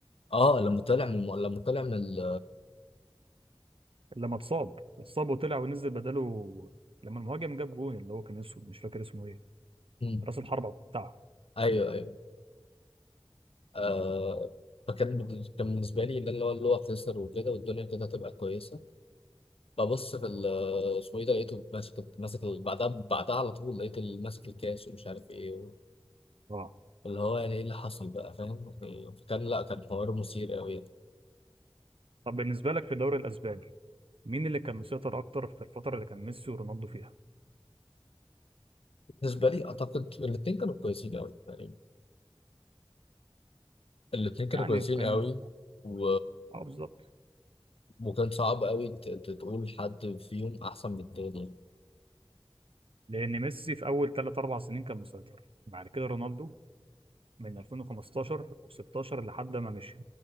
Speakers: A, on the left; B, on the right.
A: اه لما طلع من الم... لما طلع من ال...
B: لما اتصاب اتصاب وطلع ونزل بداله لما المهاجم جاب جون اللي هو كان اسمه مش فاكر اسمه ايه
A: مم.
B: راس الحربة بتاعه
A: ايوه ايوه آه فكان بال- كان بالنسبة لي اللي اللي هو اللي هو خسر وكده والدنيا كده هتبقى كويسة ببص في ال- اسمه ايه ده لقيته ماسك ماسك ال- بعدها بعدها على طول لقيت ال- ماسك الكاس ومش عارف ايه و-
B: اه
A: اللي هو يعني ايه اللي حصل بقى فاهم يعني فكان لا كان حوار مثير قوي يعني.
B: طب بالنسبة لك في الدوري الأسباني مين اللي كان مسيطر أكتر في الفترة اللي كان ميسي ورونالدو فيها؟
A: بالنسبة لي اعتقد الاتنين كانوا كويسين قوي يعني الاتنين كانوا
B: يعني
A: كويسين
B: كان
A: قوي و...
B: اه بالظبط
A: وكان صعب قوي ت- ت- تقول حد فيهم احسن من التاني
B: لأن ميسي في أول ثلاث أربع سنين كان مسيطر بعد كده رونالدو من 2015 و16 لحد ما مشي